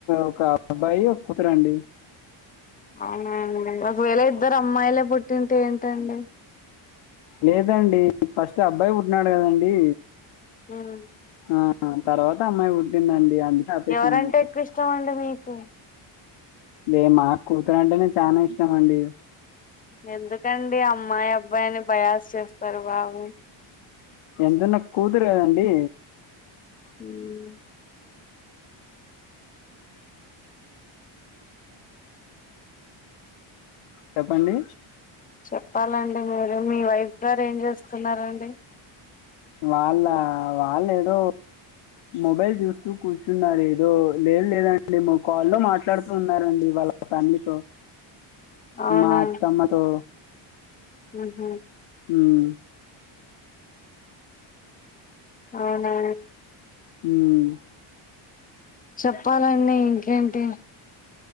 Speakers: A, on the left; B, on the left.
A: ఒక అబ్బాయి కుతురండి
B: అవు ఒకవేళ ఇద్దరు అమ్మాయిలే పుట్ తింటే ఏంటండి
A: లేదండి ఫస్ట్ అబ్బాయి పుట్టినాడు కదండీ
B: ఉమ్
A: ఆ తర్వాత అమ్మాయి పుట్టిందండి అందుకే ఆపేసినాము
B: ఎవరంటే ఎక్కువ ఇష్టం అండి మీకు
A: అదే మాకు కూతురు అంటేనే చాలా ఇష్టం అండి
B: ఎందుకండి అమ్మ మ్మాయా అబ్బాయిని బయాస్ చేస్తారు బా ఓ
A: ఎంతన్నా కూతురు కదండి
B: ఉమ్
A: చెప్పండి
B: చెప్పాలండి మీరు మీ వైఫ్ గారు ఏం చేస్తున్నారండి
A: వాళ్ళ వాళ్ళ ఏదో మొబైల్ చూస్తూ కూర్చున్నారు ఏదో లేదు లేదండి మా కాల్లో మాట్లాడుతూ ఉన్నారండి వాళ్ళ ఫ్యామిలీతో
B: అవునా
A: మా అత్తమ్మతో
B: ఉహు
A: ఉమ్
B: అవునా
A: ఉమ్
B: చెప్పాలండి ఇంకేంటి